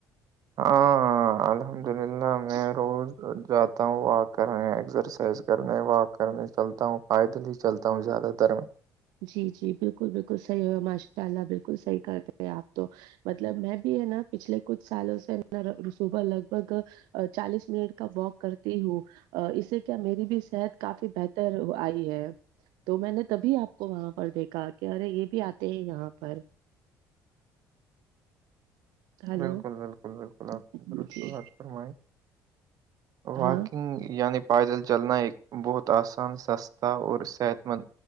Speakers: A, on the right; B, on the right.
A: ہاں ہاں الحمد للہ
B: <inaudible>
A: میں روز جاتا ہوں واک کرنے ایکسرسائز کرنے واک کرنے چلتا ہوں پائیدل ہی چلتا ہوں زیادہ تر میں
B: جی جی بالکل بالکل صحیح ہو ماشاء اللہ بالکل صحیح کرتے ہیں آپ تو مطلب میں بھی ہے نا پچھلے کچھ سالوں سےا رسوبا لگ بھگ چالیس منٹ کا واک کرتی ہوں اس سے کیا میری بھی صحت کافی بہتر آئی ہے تو میں نے تبھی آپ کو وہاں پر دیکھا کہ ارے یہ بھی آتے ہیں یہاں پر ہلو
A: بالکل بالکل بالکل آپ نے
B: جی
A: دست
B: جی
A: بات فرمائی
B: ہاں
A: واکنگ یعنی پائیدل چلنا ایک بہت آسان سستا اور صحت مند